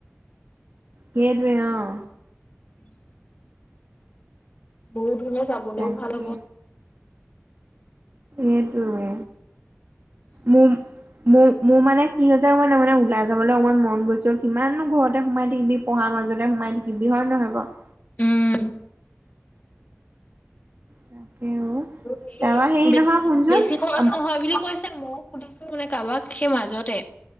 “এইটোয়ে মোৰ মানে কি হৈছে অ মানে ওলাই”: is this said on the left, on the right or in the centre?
Right